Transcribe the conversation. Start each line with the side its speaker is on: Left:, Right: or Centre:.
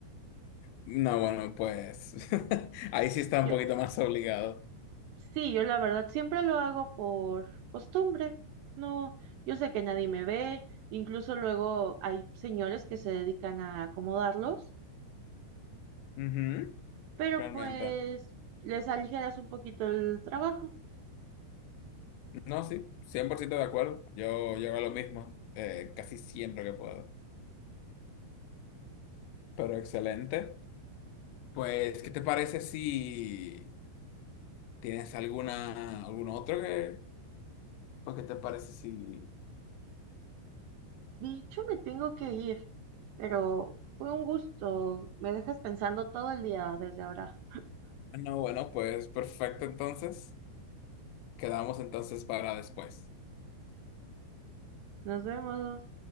Left: No, bueno, pues. <laughs> Ahí sí está
Right: Yo,
Left: un poquito más obligado.
Right: sí, yo la verdad siempre lo hago por costumbre. No, yo sé que nadie me ve, incluso luego hay señores que se dedican a acomodarlos,
Left: Ujú,
Right: pero
Left: Realmente.
Right: pues les aligeras un poquito el trabajo.
Left: No, sí, 100% de acuerdo. Yo, yo hago lo mismo eh, casi siempre que puedo. Pero excelente. Pues, ¿qué te parece si tienes alguna, algún otro que. Pues, ¿qué te parece si.
Right: Dicho, me tengo que ir, pero fue un gusto. Me dejas pensando todo el día desde ahora.
Left: No, bueno, pues perfecto, entonces. Quedamos entonces para después.
Right: Nos vemos.